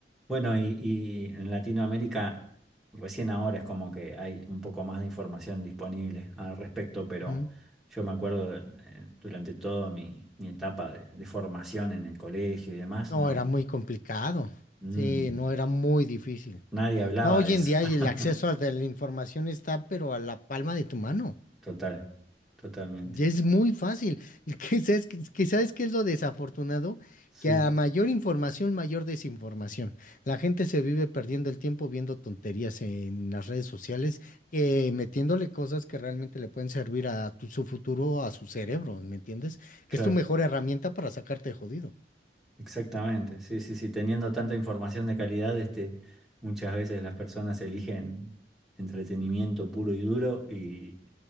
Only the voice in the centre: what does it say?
Bueno, y, y en Latinoamérica recién ahora es como que hay un poco más de información disponible al respecto, pero
yo me acuerdo eh, durante toda mi, mi etapa de, de formación en el colegio y demás,
no,
mm,
nadie hablaba
de eso.
<laughs>
Total, totalmente.
Sí,
claro,
exactamente. Sí, sí, sí, teniendo tanta información de calidad, este, muchas veces las personas eligen entretenimiento puro y duro y,